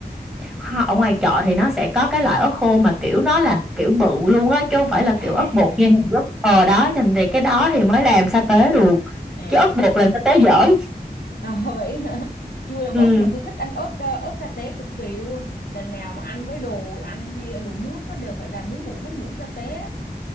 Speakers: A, in the centre; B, on the left.
A: Ho- ở ngoài chợ thì nó sẽ có cái loại ớt khô mà kiểu nó là kiểu bự luôn á chứ không phải là kiểu
B: à à
A: ớt bột như
B: à
A: Hàn Quốc ờ đó cho nên thì cái
B: ừ,
A: đó thì mới làm sa tế được
B: à
A: chứ ớt
B: ok
A: bột làm sa tế dở
B: À, <laughs> vậy hả? chưa làm
A: ừ
B: ớt mà tôi thích ăn ớt ờ, ớt sa tế cực kỳ luôn lần nào mà ăn với đồ ăn hay đồ nước á, đều phải làm mấy muỗng mấy muỗng sa tế á.